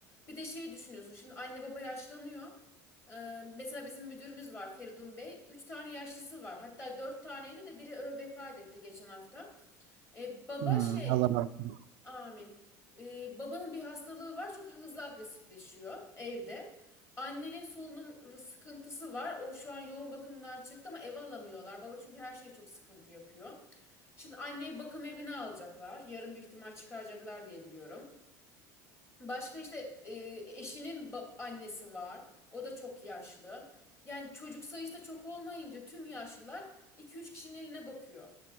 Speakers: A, on the left; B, on the right.
A: Bir de şeyi düşünüyorsun. Şimdi anne baba yaşlanıyor. Ee, mesela bizim müdürümüz var Feridun Bey. Üç tane yaşlısı var. Hatta dört taneydi de biri ö- vefat etti geçen hafta. Ee, baba
B: Hmm,
A: şey
B: Allah razı olsun.
A: Amin. Ee, babanın bir hastalığı var. Çok hızlı agresifleşiyor evde. Annenin solunum sıkıntısı var. O şu an yoğun bakımdan çıktı ama eve alamıyorlar. Baba çünkü her şeye çok sıkıntı yapıyor. Şimdi anneyi bakım evine alacaklar. Yarın büyük ihtimal çıkaracaklar diye biliyorum. Başka işte e, eşinin ba- annesi var. O da çok yaşlı. Yani çocuk sayısı da çok olmayınca tüm yaşlılar iki üç kişinin eline bakıyor.